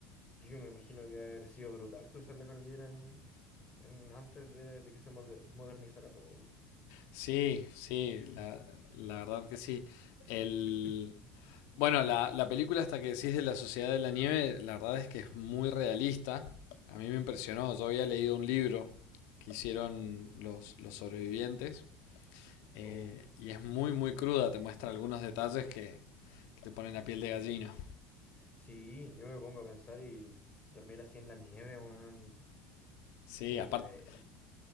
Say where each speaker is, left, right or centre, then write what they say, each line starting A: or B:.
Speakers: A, on the left; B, on the left.
A: yo me imagino que debe haber sido brutal cruzar la cordillera en, en- antes de, de que se morde- modernizara todo.
B: Sí, sí, la, la verdad que sí. El,
A: <laughs>
B: bueno, la, la película hasta que decís de la Sociedad de la Nieve, la verdad es que es muy realista. A mí me impresionó, yo había leído un libro que hicieron los, los sobrevivientes Eh,
A: O
B: y es muy, muy cruda, te muestra algunos detalles que, que te ponen la piel de gallina.
A: Sí, yo me pongo a pensar y dormir así en la nieve, weón.
B: Sí,
A: eh,
B: aparte,